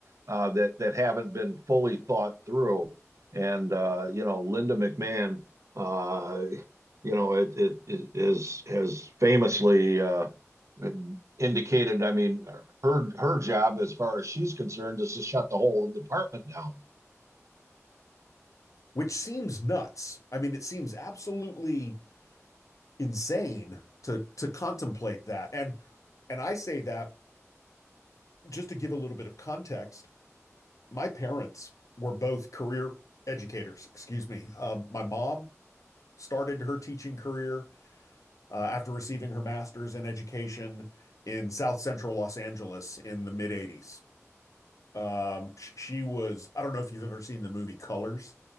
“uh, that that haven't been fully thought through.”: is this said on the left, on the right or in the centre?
Right